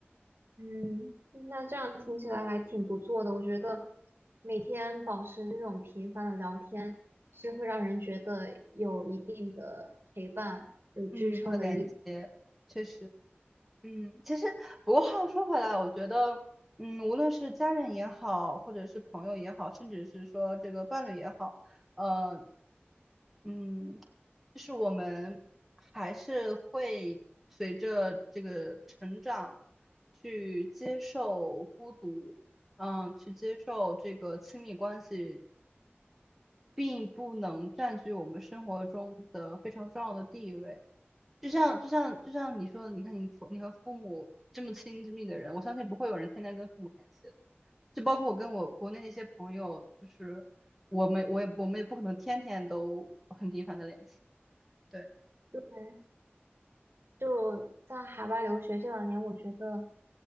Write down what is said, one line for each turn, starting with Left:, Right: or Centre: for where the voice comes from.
Right: 嗯，那这样听起来还挺不错的。我觉得每天保持这种频繁的聊天，是会让人觉得有一定的陪伴、有支撑的依。
Centre: 嗯，和连接，确实，嗯，其实不过话又说回来，我觉得，嗯，无论是家人也好，或者是朋友也好，甚至是说这个伴侣也好，呃，嗯，就是我们还是会随着这个成长去接受孤独，嗯，去接受这个亲密关系，并不能占据我们生活中的非常重要的地位。就像就像就像你说的，你看你父你和父母这么亲这么密的人，我相信不会有人天天跟父母联系的就包括我跟我国内一些朋友，就是我们我也我们也不可能天天都很频繁的联系。对。
Right: 对就在海外留学这两年，我觉得